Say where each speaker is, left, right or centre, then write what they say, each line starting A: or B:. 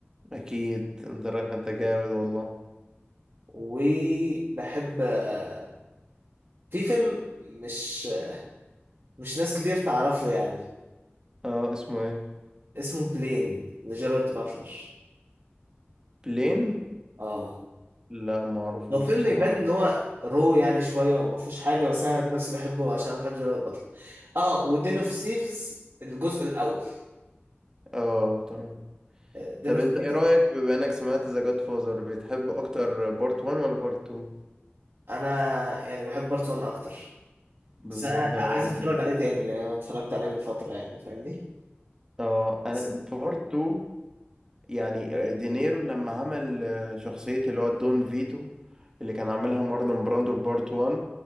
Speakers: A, on the right; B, on the right.
A: اكيد انت را... انت جامد والله
B: وبحب آه، في فيلم مش مش ناس كتير تعرفه يعني
A: اه اسمه ايه
B: اسمه بلين لجيرارد باتلر
A: بلين
B: اه
A: لا ما اعرفوش
B: هو فيلم
A: بصراحه
B: يبان ان هو رو يعني شويه وما فيهوش حاجه بس انا نفسي بحبه عشان انا بحب جيرارد باتلر اه ودين اوف سيفز الجزء الاول
A: اه تمام
B: دين
A: طب
B: اوف
A: انت
B: سيفز
A: ايه رأيك بما انك سمعت ذا جاد فازر بتحب اكتر بارت 1 ولا بارت 2
B: انا يعني بحب بارت 1 اكتر
A: بالظبط
B: بس انا
A: انا
B: عايز
A: برضه
B: اتفرج عليه تاني يعني انا اتفرجت عليه من فتره يعني فاهمني
A: اه انا
B: بس-
A: بارت 2 يعني دينيرو لما عمل آه، شخصية اللي هو دون فيتو اللي كان عاملها مارلون براندو في بارت 1